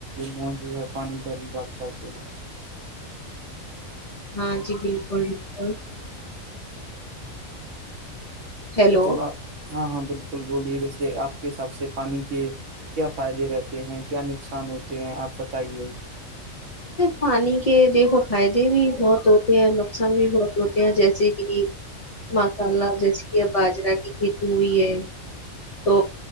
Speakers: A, on the right; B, on the left.
A: موجو ہے پانی پر ہی بات کہتے ہیں
B: ہاں جی بالکل بالکل ہیلو
A: تو آپ ہاں ہاں بالکل بولیے ویسے آپ کے حساب سے پانی کے کیا فائدے رہتے ہیں کیا نقصان ہوتے ہیں آپ بتائیے
B: پانی کے دیکھو فائدے بھی بہت تو ہوتے ہیں نقصان بھی بہت ہوتے ہیں جیسے کہ مسالہ جیسے کہ اب باجرا کی کھیتی ہوئی ہے تو